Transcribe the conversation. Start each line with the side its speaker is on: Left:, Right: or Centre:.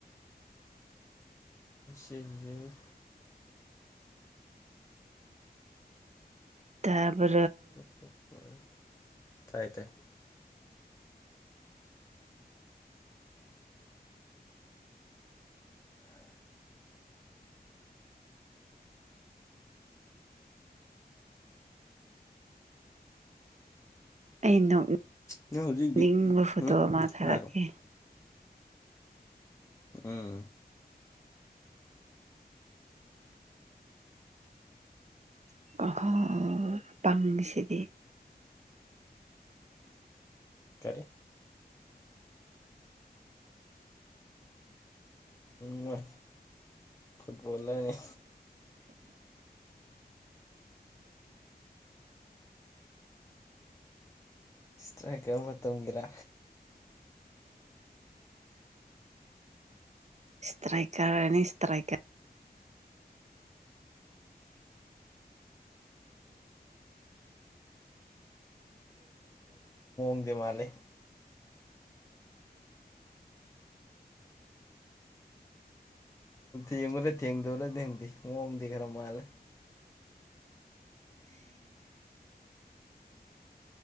Left: ꯆꯦꯖꯦ
Right: ꯇꯄ
Left: ꯄꯣꯛꯄ ꯇꯥꯏ ꯇ
Right: ꯑ ꯅꯣꯛꯅꯤꯡꯕ
Left: ꯅꯪ ꯍꯧꯖꯤꯛꯀꯤ
Right: ꯐꯣꯇꯣ
Left: ꯍꯨꯝ
Right: ꯑꯃ ꯊꯥꯔꯛꯀꯦ
Left: ꯍꯥꯏꯔꯣ ꯎꯝ
Right: ꯑꯍꯣ ꯄꯪꯁꯤꯗꯤ
Left: ꯀꯔꯤ ꯃꯣꯏ ꯐꯨꯠꯕꯣꯂꯔꯅꯤ ꯇ꯭ꯔꯦꯛꯀꯔ ꯃꯇꯝꯒꯤꯦꯔꯥ
Right: ꯏꯁꯇ꯭ꯔꯩꯀꯔꯅꯤ ꯏꯁꯇ꯭ꯔꯩꯀꯔ
Left: ꯗ ꯃꯥꯅꯦ ꯊꯦꯡꯈꯔꯦ ꯊꯦꯡꯗꯧꯔ ꯊꯦꯡꯗꯤꯦ ꯃꯑꯣꯡꯗꯤ ꯈꯔ ꯃꯥꯜꯂꯦ